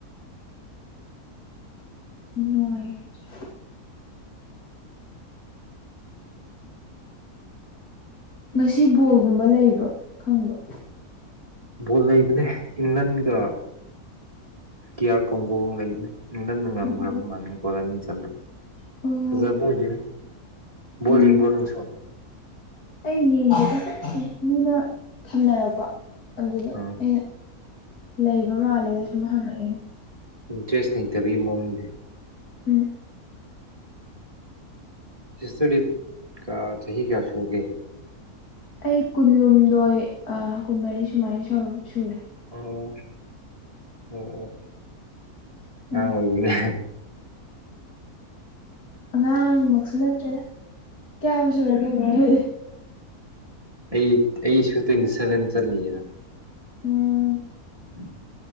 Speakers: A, on the left; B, on the right.
A: ꯅꯅꯨꯡꯉꯥꯏ ꯈꯦꯇ꯭ꯔꯦ ꯉꯁꯤ ꯕꯣꯜꯒꯨꯝꯕ ꯂꯩꯕ꯭ꯔꯣ ꯈꯪꯕ꯭ꯔ
B: ꯕꯣꯜ ꯂꯩꯕꯅꯦ ꯏꯪꯂꯟꯒ ꯗꯤ ꯑꯥꯔ ꯀꯣꯡꯒꯣ ꯂꯩꯕꯅꯦ ꯅꯨꯡꯊꯟꯅ ꯉꯝꯈ꯭ꯔꯕ
A: ꯎꯝ
B: ꯃꯥꯅꯤꯡ ꯣꯂꯅꯤ ꯆꯜꯂ
A: ꯑꯣ
B: ꯐꯖꯕ ꯑꯣꯏꯒꯔ
A: ꯎꯝ
B: ꯣ ꯌꯦꯡꯕ꯭ꯔꯣ ꯅꯅꯨꯡꯁꯣ
A: ꯑꯩ ꯌꯦꯡꯒꯦꯗ ꯃꯤꯅ ꯊꯝꯅꯔꯛꯄ ꯑꯗꯨꯒ
B: ꯑꯥ
A: ꯑꯩꯅ ꯂꯩꯕ ꯃꯥꯜꯂꯦꯗꯣ ꯁꯨꯝ ꯍꯪꯉꯛꯑꯦꯅꯦ
B: ꯏꯟꯇꯔꯦꯁ ꯂꯩꯇꯕꯒꯤ ꯃꯑꯣꯡꯅꯤꯅꯦ
A: ꯎꯝ
B: ꯍꯁꯇꯣꯗꯤ ꯀ ꯆꯍꯤ ꯆꯍꯤꯍꯤ ꯀꯌꯥꯁꯨꯣꯡꯒꯦ
A: ꯑꯩ ꯀꯨꯟꯂꯨꯝꯗꯣꯏ ꯀꯨꯟꯃꯔꯤ ꯁꯨꯃꯥꯏꯅ ꯁꯨꯔꯦ
B: ꯑꯣ ꯑꯣ ꯉꯪ
A: ꯎꯝ
B: ꯑꯣꯏ ꯑꯣꯏꯒꯅꯦ
A: ꯑꯉꯥꯡꯃꯛꯁꯨ ꯅꯠꯇ꯭ꯔꯦꯗ ꯀꯌꯥꯝ ꯁꯨꯔꯒꯦ ꯃꯦꯗꯤ
B: ꯑꯩ ꯑꯩꯁꯨ ꯇ꯭ꯋꯦꯟꯇꯤ ꯁꯚꯦꯟ ꯆꯠꯂꯤꯑꯅ
A: ꯎꯝ
B: ꯎꯝ